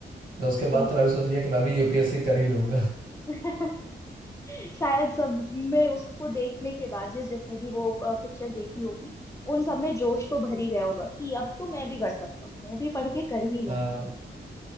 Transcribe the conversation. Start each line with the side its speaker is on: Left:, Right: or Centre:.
Right: तो उसके
Left: सही
Right: बाद तो
Left: का
Right: मैं भी सोच लिया कि मैं भी यूपीएससी कर ही लूंगा
Left: <laughs> शायद सब में उसको देखने के बाद जिस जिसने भी वो पिक्चर देखी होगी उन सब में जोश तो भर ही गया होगा कि अब तो मैं भी कर सकता हूँ मैं भी पढ़ के कर ही लूंगा
Right: हाँ